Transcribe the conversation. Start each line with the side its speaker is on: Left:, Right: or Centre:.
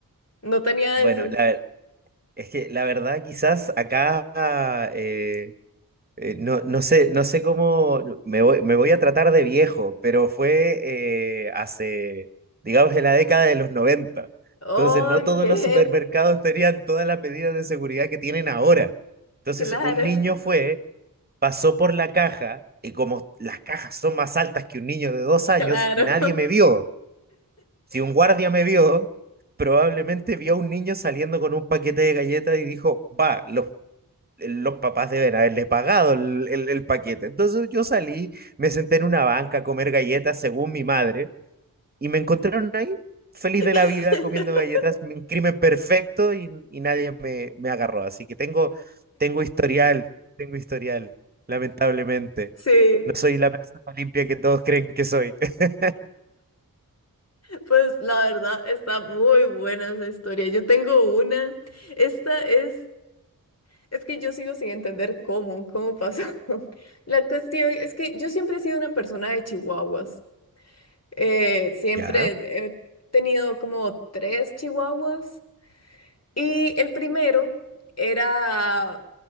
Left: No tenía
Right: Bueno,
Left: esos.
Right: la- es que la verdad quizás acá eh, Eh, no, no sé, no sé cómo, me voy, me voy a tratar de viejo, pero fue eh, hace, digamos, en la década de los noventa
Left: Ok,
Right: Entonces, no todos
Left: <laughs>
Right: los supermercados tenían todas las medidas de seguridad que tienen ahora. Entonces,
Left: claro,
Right: un niño fue, pasó por la caja, y como las cajas son más altas que un niño de dos años,
Left: <laughs> claro.
Right: nadie me vio. Si un guardia me vio, probablemente vio a un niño saliendo con un paquete de galletas y dijo, va, los los papás deben haberle pagado el, el- el paquete. Entonces yo salí, me senté en una banca a comer galletas según mi madre y me encontraron ahí, feliz
Left: <laughs>
Right: de la vida, comiendo galletas, un crimen perfecto y, y nadie me, me agarró. Así que tengo, tengo historial, tengo historial, lamentablemente.
Left: Sí.
Right: No soy la persona limpia que todos creen que soy. <laughs>
Left: Pues la verdad está muy buena esa historia. Yo tengo una. Esta es Es que yo sigo sin entender cómo, cómo pasó. <laughs> La cuestión es que yo siempre he sido una persona de chihuahuas. Eh, siempre
Right: Ya,
Left: he tenido como tres chihuahuas. Y el primero era,